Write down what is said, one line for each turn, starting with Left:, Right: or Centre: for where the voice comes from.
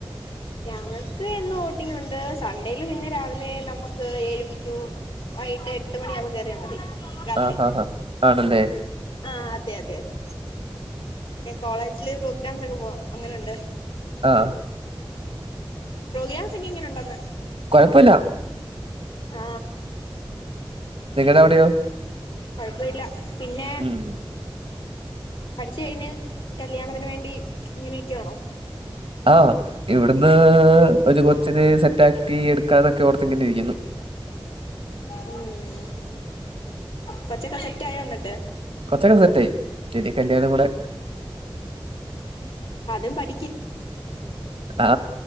Left: ഞങ്ങൾക്ക് എന്നും ഔട്ടിങ്ങുണ്ട് സൺണ്ടേല് പിന്നെ രാവിലെ നമ്മുക്ക് ഏഴ് ടു ആ എട്ട് എട്ട് മണിയാകുമ്പോ കേറിയാ മതി രാത്രി
Right: ആഹാ ഹാ. ആണല്ലേ
Left: ആ അതെ അതെതെ പിന്നെ കോളേജ് <unintelligible> പ്രോഗ്രാംസ് അങ്ങ് പോ അങ്ങനുണ്ട്
Right: ആ
Left: പ്രോഗ്രാംസൊക്കെ എങ്ങനെ ഉണ്ടെന്ന്
Right: കുഴപ്പവില്ല
Left: ആ
Right: നിങ്ങടെ അവിടെയോ?
Left: കുഴപ്പവില്ല പിന്നെ
Right: ഉം
Left: പഠിച്ചു കഴിഞ്ഞ് കല്യാണത്തിന് വേണ്ടി ഇങ്ങനെ നിക്കുവാണോ?
Right: ആ ഇവിടുന്ന് ഒരു കൊച്ചിനെ സെറ്റാക്കി എടുക്കാനൊ ക്കെ ഓർത്ത് ഇങ്ങനിരിക്കുന്നു
Left: ഉം കൊച്ചൊക്കെ സെറ്റ് ആയോ എന്നിട്ട്
Right: കൊച്ചൊക്കെ സെറ്റായി ഇനി കല്യാണം കൂടെ
Left: അദ്യം പഠിക്ക്
Right: ആ